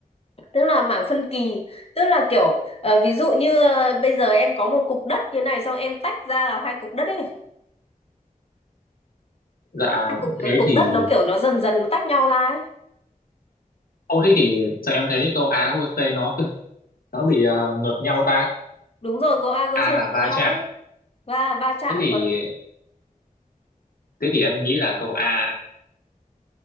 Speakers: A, on the left; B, on the left.
A: tức là mảng phân kỳ tức là kiểu ờ, ví dụ như ờ, bây giờ em có một cục đất như này xong em tách ra là hai cục đất ấy
B: dạ
A: hai cục
B: thế
A: ờ, cục
B: thì
A: đất nó kiểu nó dần dần nó tách nhau ra ấy
B: Ô thế thì sao em thấy câu Á với T nó nó bị ờ, ngược nhau ta?
A: đúng rồi câu A câu
B: A
A: C trượt
B: là va
A: nhau
B: chạm.
A: ấy và va chạm
B: Thế thì
A: còn
B: thế thì em nghĩ là câu A,